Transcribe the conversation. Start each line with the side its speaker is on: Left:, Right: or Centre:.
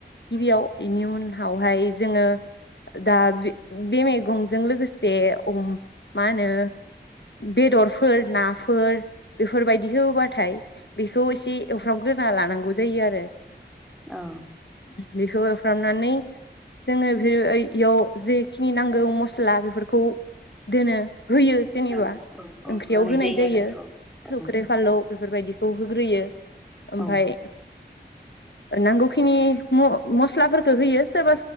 Left: गिबियाव बेनि उनावहाय जोङो दा बे बे मैगंजों लोगोसे मा होनो बेदरफोर नाफोर बेफोर बायदि होबाथाय बेखौ एसे एसे एवफ्रामग्रोना लानां गौजायो आरो।
Centre: औ
Left: बेखौ एवफ्रामनानै जोङो बेयाव जेखिनि नांगौ मस्ला बेफोरखौ दोनो। होयो जेनेबा
Centre: औ औ औ
Left: ओंख्रियाव होनाय जायो
Centre: आरो
Left: सख्रि
Centre: औ
Left: फालौ बेफोर बायदिखौ होग्रोयो। ओमफ्राय
Centre: औ
Left: नां नांगौखिनि म-मस्लाफोरखौ होयो। सोरबा